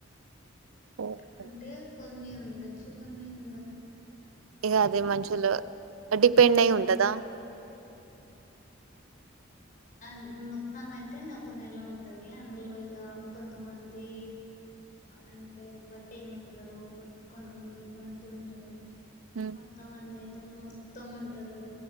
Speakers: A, on the right (about 85°); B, on the left (about 40°).
A: ఓహో.
B: అంటే కొన్ని ఉండొచ్చు కొన్ని ఉండకపోవచ్చు మన
A: ఇక
B: ఇష్టం
A: అది మనుషులు డిపెండ్
B: ఉమ్
A: అయి ఉంటదా
B: అ మొత్తం అయితే ఒక నెల ఉంటది అందులో ఇక కొంతమంది అంటే ఒక టెన్ ఉంటారు ఒక కొంతమంది ట్వంటీ ఉంటారు
A: ఉమ్.
B: కొంతమంది అయితే మొ మొత్తం ఉంటారు